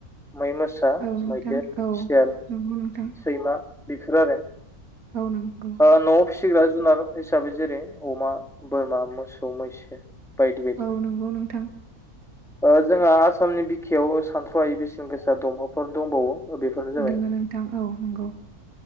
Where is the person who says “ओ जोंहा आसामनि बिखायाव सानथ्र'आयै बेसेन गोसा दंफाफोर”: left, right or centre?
Centre